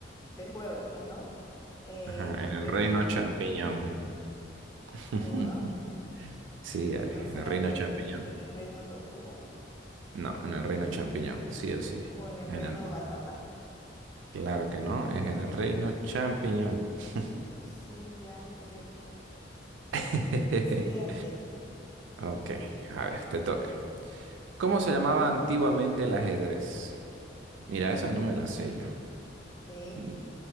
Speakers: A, on the left (about 20°); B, on the right (about 80°).
A: del juego? Pues, ¿no? ¿En
B: Ajá, en el
A: Reino
B: reino champiñón. <laughs>
A: Seguro?
B: Sí, Ale,
A: ¿No será
B: en el reino
A: en, rei-
B: champiñón.
A: en el Reino Tortuga?
B: No, en el reino champiñón, sí o sí.
A: ¿O en el
B: En
A: Reino
B: el
A: Batata?
B: Claro que no, es en el reino champiñón. <laughs>
A: Sí, ya, correcto.
B: <laughs>
A: Siguiente.
B: Ok, a ver, te toca. ¿Cómo se llamaba antiguamente el ajedrez? Mira, esa no me la sé yo.
A: Sí,
B: Mm,